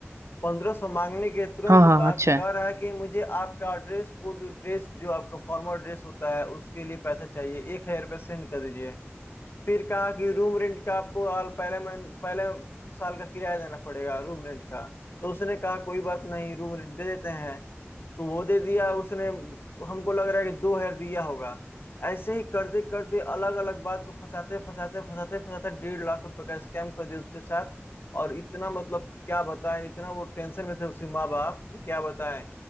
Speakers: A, on the left (about 50°); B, on the right (about 90°).
A: पंद्रह सौ मांगने के तुरंत
B: हाँ हाँ
A: बाद
B: अच्छा है
A: कह रहा है कि मुझे आपका ड्रेस कोड ड्रेस जो आपका फॉर्मल ड्रेस होता है उसके लिए पैसा चाहिए एक हजार रुपये सेंड कर दीजिए फिर कहा कि रूम रेंट का आपको आल पहले मन पहले साल का किराया देना पड़ेगा रूम रेंट का तो उसने कहा कोई बात नहीं रूम रेंट दे देते हैं तो वो दे दिया उसने हमको लग रहा है कि दो हजार दिया होगा ऐसे ही करते करते अलग अलग बात को फंसाते फंसाते फंसाते फंसाते डेढ़ लाख रुपए का स्कैम कर दिया उसके साथ और इतना मतलब क्या बताएं इतना वो टेंशन में थे उसके माँ बाप कि क्या बताएं